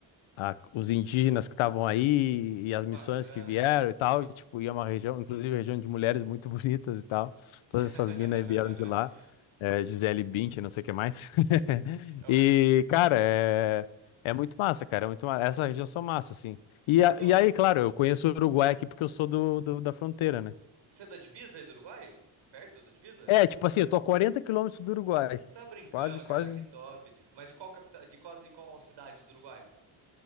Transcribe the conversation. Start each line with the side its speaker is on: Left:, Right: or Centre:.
Left: a- os indígenas que estavam aí e
Right: Que
Left: as
Right: bacana,
Left: missões que vieram
Right: cara.
Left: e tal, e, tipo, ia uma região, inclusive região de mulheres muito <laughs> bonitas e tal.
Right: <laughs>
Left: Todas essas minas aí vieram de lá, é, Gisele Bündchen, não sei o que mais. <laughs>
Right: É, mas-
Left: E, cara, é, é muito massa, cara, é muito massa. Essa região são massa, assim. E,
Right: Então,
Left: a- e aí, claro, eu conheço o Uruguai aqui porque eu sou do, do- da fronteira, né?
Right: você é da divisa aí do Uruguai? Perto da divisa?
Left: É, tipo assim, eu tô a 40 quilômetros do Uruguai.
Right: Você tá brincando,
Left: Quase, quase.
Right: cara, que top. Mas de qual capital, de quase de qual cidade do Uruguai?